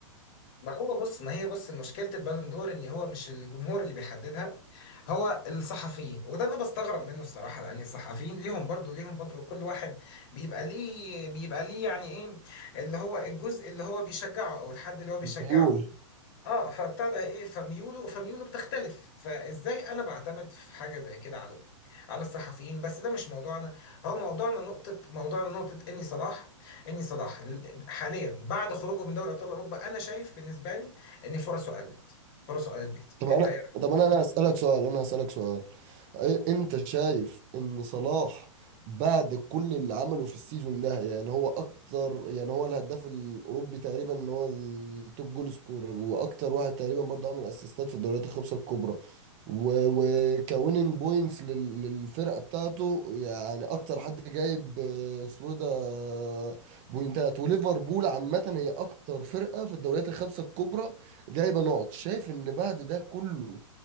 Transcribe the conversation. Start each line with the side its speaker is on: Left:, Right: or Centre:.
Left: ما هو بص ما هي بص مشكلة البالون دور ان هو مش الجمهور اللي بيحددها هو الصحفيين وده انا بستغرب منه الصراحة لان الصحفيين ليهم برضو ليهم برضو كل واحد بيبقى ليه بيبقى ليه يعني ايه اللي هو الجزء اللي هو بيشجعه او الحد اللي هو بيشجعه
Right: ميول
Left: اه فبتاع ده ايه فميوله فميوله بتختلف فازاي انا بعتمد في حاجه زي كده على على الصحفيين بس ده مش موضوعنا هو موضوعنا نقطه موضوعنا نقطه اني صلاح اني صلاح ال- حاليا بعد خروجه من دوري ابطال اوروبا انا شايف بالنسبه لي ان فرصه قلت فرصه قلت بكتير
Right: طب
Left: انت
Right: انا
Left: ايه رأيك؟
Right: طب انا انا اسالك سؤال انا اسالك سؤال إيه- انت شايف ان صلاح بعد كل اللي عمله في السيزون ده يعني هو اكتر يعني هو الهداف الاوروبي تقريبا ان هو التوب جول سكورر واكتر واحد تقريبا برضه عمل اسيستات في الدوريات الخمسه الكبرى و- وكويننج بوينتس لل- للفرقه بتاعته يعني اكتر حد جايب آه، اسمه إيه ده آه، بوينتات وليفربول عامه هي اكتر فرقه في الدوريات الخمسه الكبرى جايبه نقط شايف ان بعد ده كله